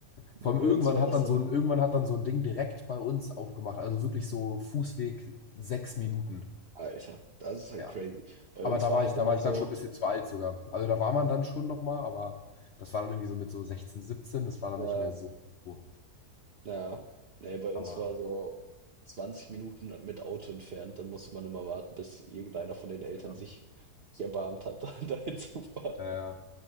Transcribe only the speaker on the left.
Vor allem
irgendwann
hat dann
so ein, irgendwann hat dann so ein Ding direkt bei uns aufgemacht. Also wirklich so Fußweg sechs Minuten.
Ja.
Aber
da
war
ich, da
war ich
dann schon ein bisschen zu alt sogar. Also da war man dann schon nochmal, aber das war dann irgendwie so mit so sechzehn siebzehn das war dann
nicht mehr so. oh,
Ja.
Aber
ja,
ja, ja.